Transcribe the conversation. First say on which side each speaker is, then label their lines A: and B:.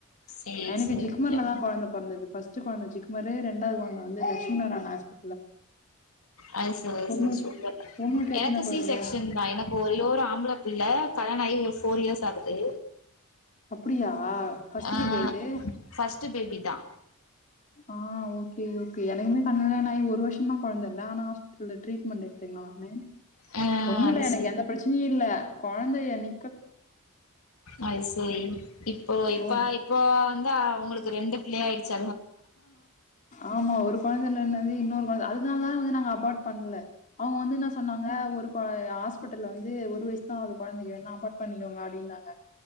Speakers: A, on the left; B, on the left.
A: சேரி
B: எனக்கு
A: சேரி
B: ஜிக்மர்ல
A: ஓகே
B: தா கொழந்த பொறந்துது ஃபஸ்ட்டு கொழந்த ஜிக்மரு ரெண்டாவது கொழந்த வந்து லட்சுமண <unintelligible> ஹாஸ்பி
A: அது செரி அது
B: உங்களுக்கு
A: செரி சூப்பர்
B: உங்களுக்கு எத்தன
A: எனக்கு
B: கொழந்த
A: சி செக்ஷன் தா எனக்கு ஒரே ஒரு ஆம்ள புள்ள கல்யாண ஆகி ஒரு ஃபோர் இயர்ஸ் ஆகுது
B: அப்படியா பஸ்டு
A: ஆ
B: போபியா இது
A: ஃபர்ஸ்ட் பேபி தா
B: ஆ ஓகே ஓகே எனக்குமே கல்யாண ஆகி ஒரு வருஷ தா கொழந்த இல்ல ஆனா ட்ரிட்மென்ட் எடுத்துக்க
A: ஆ
B: ஒண்ணு இல்ல
A: அது
B: எனக்கு
A: சரி
B: எந்த பிரச்சனையு இல்ல கொழ குழந்தை அணி
A: அது செரி இப்போ இப்ப
B: ஓ
A: இப்போ வந்து அவுங்களுக்கு ரெண்டு பிள்ளையாயிடுச்சி
B: ஆமா ஒரு கொழந்தைல என்னது இன்னொரு அதனால தான வந்து நாங்க அபார்ட் பண்ணல அவுங்க வந்து என்ன சொன்னாங்க ஒரு கொ ஹாஸ்பிட்டல வந்து ஒரு வயசு கொழந்தைக்கு வேனா அபா்ட் பண்ணிக்கோங்க அப்டினாங்க